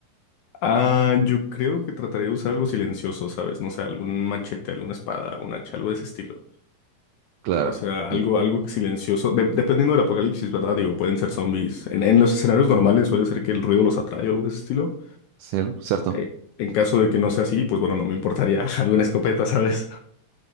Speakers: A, on the left (about 75°); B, on the right (about 80°).
A: Ah, yo creo que trataré de usar algo silencioso, ¿sabes? No sé, algún machete, alguna espada, un hacha, algo de ese estilo.
B: Claro.
A: O sea, algo,
B: Y,
A: algo que silencioso. De- dependiendo del apocalipsis, ¿verdad? Digo, pueden ser zombies. En, en los escenarios normales suele ser que el ruido los atrae o algo de ese estilo.
B: ¿cierto?
A: Eh, en caso de que no sea así, pues bueno, no me importaría <laughs> alguna escopeta, ¿sabes?